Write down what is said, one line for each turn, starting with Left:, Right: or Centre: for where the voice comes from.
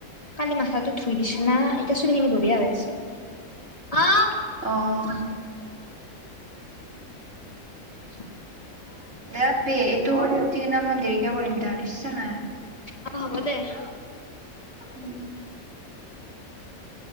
Left: কালি মাথাটো ধুই দিছো না। তচখিনি বঢ়িয়া হৈ আছে। <unintelligible>
Right: অ'
Left: <unintelligible>
Right: <unintelligible> এইটো কৰি স কিনা মই দেৰিকে কৰিম দে দিশছ নাই।
Left: অ হ'ব দে
Right: <unintelligible>